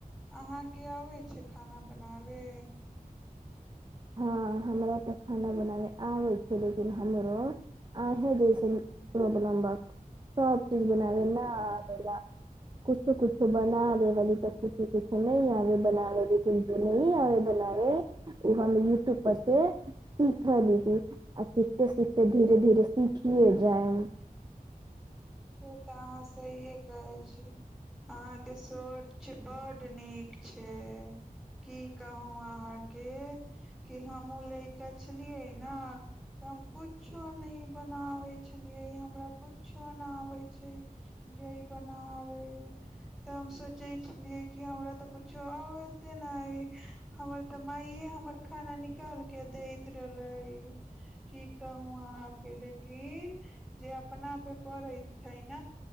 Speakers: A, in the centre; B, on the right.
A: अहाँके आबै छै खाना बनाबे
B: हँ हमरा तऽ खाना बनाबै आबै छै लेकिन हमरो आहे जैयसन प्रॉब्लम बा सब चीज बनाबै न आबै लाऽ कछो कुछो बना लैवाली तऽ किछो किछो नहि आबे बनाबै लेकिन जे नहि आबे बनाबै ओ हम यूट्यूबपर से सीखली आ सीखते सीखते धीरे धीरे सीखियए जायब
A: से तऽ अहाँ सहिए कहै छी अहाँके सर बड्ड नीक छै की कहू अहाँके कि हमूँ लैका छलियै ने तऽ हम कुछो ने बनावे छलिये हमरा कुछु जाउ नहाउ होइ छै लय बनाबे तऽ हम सोचै छलियै कि हमरा तऽ कुछो आबै एते न आइ हमर तऽ माये हमर खाना निकाल के दैत रहले की कहू अहाँके लेकिन जे अपना पे पड़ै छै न